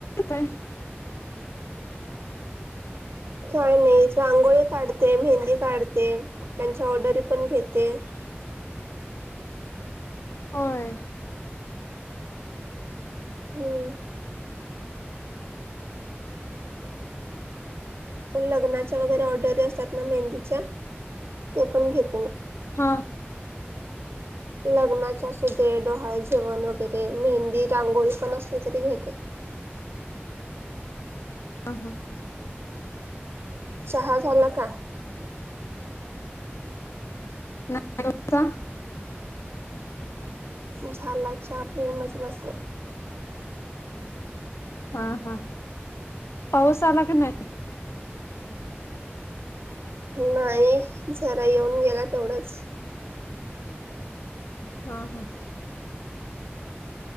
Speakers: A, on the left; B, on the right.
A: कायेतय <unintelligible> रीकाम आहे
B: काय नाही रांगोळी काढते मेहंदी काढते त्यांच्या ऑर्डरी पण घेते <unintelligible>
A: होय
B: हम लग्नाच्या वगैरे ऑर्डर असतात ना मेहंदीच्या ते पण घेते मी
A: हा
B: लग्नाचे असू दे डोहाळ जेवण वगैरे मेहंदी रांगोळी पण असली तरी घेते
A: हम् हम
B: सहा झालं का
A: नाही
B: झाला चहा पिऊनच बस
A: हा हा पाऊस आला की नाही
B: नाही जरा येऊन गेला तेवढंच
A: हा हा